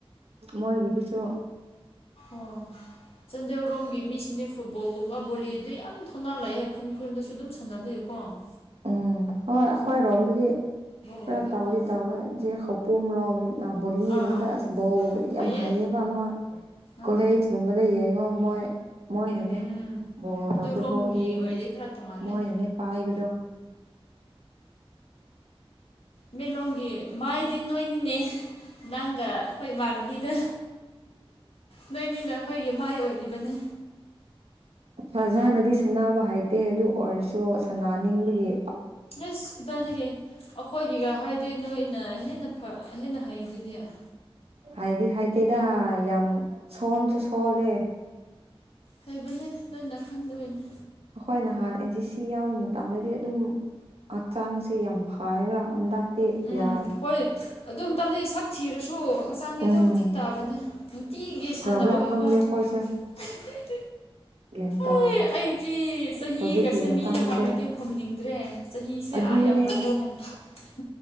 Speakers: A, on the right; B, on the left.
A: ꯃꯣꯏꯒꯤꯗꯨꯁꯨ
B: ꯑꯣ ꯆꯥꯟꯗꯦꯜꯔꯣꯝꯒꯤ ꯃꯤꯁꯤꯡꯅ ꯐꯨꯠꯕꯣꯜꯒꯨꯝꯕ ꯕꯣꯂꯤꯗꯤ ꯌꯥꯝ ꯊꯣꯅꯥ ꯂꯑꯦ ꯈꯨꯟ ꯈꯨꯔꯟꯗꯁꯨ ꯑꯗꯨꯝ ꯁꯥꯟꯅꯕꯤꯨꯀꯣ ꯀꯣ
A: ꯎꯝ ꯍꯣꯏ ꯑꯩꯈꯣꯏ ꯔꯣꯝꯗꯗꯤ ꯄꯨꯔꯥ
B: ꯑꯣꯏꯗꯦꯕ
A: ꯇꯥꯎꯗꯤ ꯇꯥꯎꯋꯦ ꯈꯧꯄꯨꯝ ꯔꯣꯝ ꯅ ꯕꯣꯂꯤꯒꯨꯝꯕꯗ
B: ꯑꯥ
A: ꯑꯁ ꯕꯣꯜꯒꯨꯝꯕꯗꯤ
B: ꯍꯩꯌꯦ
A: ꯌꯥꯝ ꯍꯩꯌꯦꯕ ꯑꯃꯛ ꯀꯣꯂꯦꯖꯀꯨꯝꯕꯗ
B: ꯑꯥ
A: ꯌꯦꯡꯉꯣ ꯃꯣꯏ ꯃꯣꯏꯅꯅꯦ
B: ꯎꯝ
A: ꯕꯣꯜꯗ
B: ꯑꯗꯨꯔꯣꯝꯒꯤ
A: ꯐꯨꯠꯕꯣꯜꯗꯗꯤ
B: ꯑꯣꯏꯔꯗꯤ ꯈꯔ ꯇꯣꯡꯉꯥꯜꯂꯦ
A: ꯃꯣꯏꯅꯅꯦ ꯄꯥꯏꯕꯗꯣ
B: ꯃꯂꯣꯝꯒꯤ ꯃꯥꯏꯗꯤ ꯅꯣꯏꯅꯤꯅꯦ ꯅꯪꯒ ꯑꯩꯈꯣꯏ ꯏꯃꯥꯟꯅꯕꯤꯗ ꯅꯣꯏꯅꯤꯅ ꯑꯩꯈꯣꯏꯒꯤ ꯃꯥꯏ ꯑꯣꯏꯔꯤꯕꯅꯤ
A: ꯐꯖꯅꯗꯤ ꯁꯥꯟꯕ ꯍꯥꯏꯩꯇꯦ ꯑꯗꯨ ꯑꯣꯏꯔꯁꯨ ꯁꯅꯅꯤꯡꯕꯒꯤ
B: ꯑꯦꯁ ꯀꯗꯥꯏꯗꯒꯤ ꯑꯩꯈꯣꯏꯒꯤꯒ ꯍꯥꯏꯗꯤ ꯅꯣꯏꯅ ꯍꯦꯟꯅ ꯍꯦꯟꯅ ꯍꯩꯗꯨꯗꯤ <inaudible>
A: ꯍꯩꯏꯗꯤ ꯍꯩꯏꯇꯦꯗ ꯌꯥꯝ ꯁꯣꯟꯁꯨ ꯁꯣꯜꯂꯦ
B: ꯍꯩꯕꯅꯦ ꯅꯣꯏꯅ ꯈꯪꯗꯕꯩꯅꯦ
A: ꯑꯩꯈꯣꯏ ꯅꯍꯥꯟ ꯑꯦꯟ ꯖꯤ ꯁꯤ ꯌꯥꯎꯕ ꯃꯇꯝꯗꯗꯤ ꯑꯗꯨꯝ ꯍꯛꯆꯥꯡꯁꯦ ꯌꯥꯝ ꯐꯩꯏꯕ ꯍꯟꯗꯛꯇꯤ
B: ꯎꯝ
A: ꯌꯥ
B: ꯍꯣꯏ ꯑꯗꯨꯝ ꯇꯞꯅꯤ ꯁꯛ ꯊꯤꯔꯁꯨ ꯍꯛꯆꯥꯡꯗꯤ
A: ꯎꯝ
B: ꯑꯗꯨꯝ ꯐꯤꯠ ꯇꯥꯕꯅꯦ ꯅꯨꯡꯇꯤꯒꯤ ꯁꯟꯅ
A: <unintelligible> ꯈꯪꯗꯦ ꯈꯣꯏꯁꯦ꯫
B: <unintelligible>
A: <unintelligible>
B: ꯍꯦ ꯑꯩꯗꯤ ꯆꯍꯤꯒꯁꯦ
A: ꯍꯧꯖꯤꯛꯀꯤ ꯃꯇꯝꯁꯦ
B: ꯃꯤ ꯍꯪꯔꯗꯤ ꯈꯨꯝꯅꯤꯡꯗ꯭ꯔꯦ ꯆꯍꯤꯁꯦ
A: ꯑꯗꯨꯅꯦ
B: ꯑꯥ ꯌꯥꯎꯈ꯭ꯔ <unintelligible>